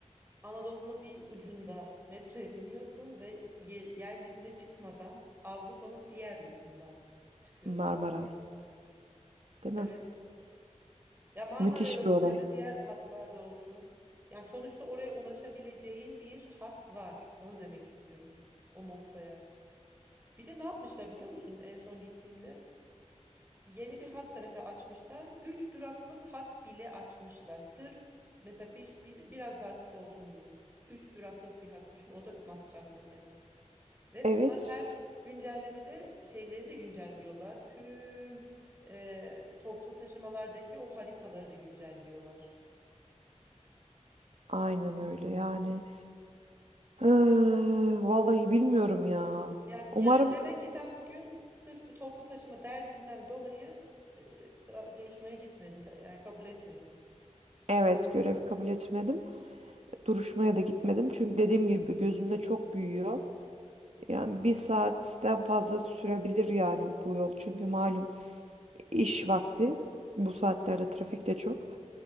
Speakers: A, on the right; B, on the right.
A: Anadolu'nun bir ucunda metroya biniyorsun ve ye- yeryüzüne çıkmadan Avrupa'nın diğer ucundan çıkıyorsun.
B: Marmaray, değil
A: Evet.
B: mi?
A: Ya Marmara'ya
B: Müthiş bir
A: olsun
B: olay.
A: ya da diğer hatlarda olsun. Yani sonuçta oraya ulaşabileceğin bir hat var. Onu demek istiyorum. O noktaya. Bir de ne yapmışlar biliyor musun? En son gittiğimde yeni bir hat da mesela açmışlar. Üç duraklık hat bile açmışlar. Sırf mesela bir, bir- biraz daha kısa olsun diye. Üç duraklık bir hat düşün. O da bir masraf mesela. Ve
B: Evet,
A: bunlar her güncellemede şeyleri de güncelliyorlar. Tüm e, toplu taşımalardaki o haritaları da güncelliyorlar.
B: aynen öyle yani. Eee, vallahi bilmiyorum ya.
A: Yani,
B: Umarım
A: yani demek ki sen bugün sırf bu toplu taşıma derdinden dolayı e, da- duruşmaya gitmedin. ta- Yani kabul etmedin.
B: Evet görevi kabul etmedim. Duruşmaya da gitmedim. Çünkü dediğim gibi gözümde çok büyüyor. Yani bir saatten fazla sürebilir yani bu yol. Çünkü malum iş vakti. Bu saatlerde trafik de çok.